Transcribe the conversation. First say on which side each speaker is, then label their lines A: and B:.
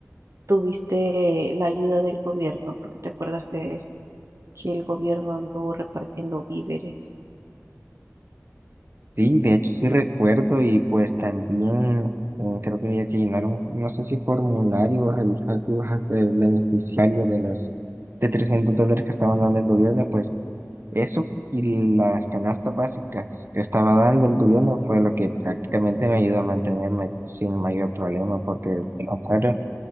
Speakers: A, on the right; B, on the right.
A: tuviste la ayuda del gobierno, porque te acuerdas que, que el gobierno anduvo repartiendo víveres
B: Sí, de hecho sí recuerdo y pues también eh, creo que había que llenar un, no sé si formulario o revisar si vas a ser beneficiario de los de 300 dólares que estaban dando el gobierno, pues eso y las canastas básicas que estaba dando el gobierno fue lo que prácticamente me ayudó a mantenerme sin mayor problema, porque de lo contrario